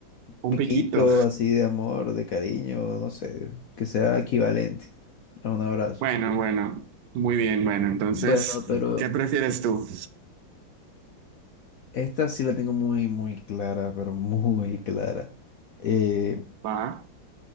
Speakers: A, on the left; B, on the right.
A: piquito
B: Un piquito.
A: así de amor, de cariño, no sé, que sea equivalente a un abrazo.
B: Bueno, bueno. Muy bien, bueno. Entonces,
A: Bueno, pero
B: ¿qué prefieres tú?
A: Esta sí la tengo muy, muy clara, pero muy clara. Eh,
B: <laughs> Va.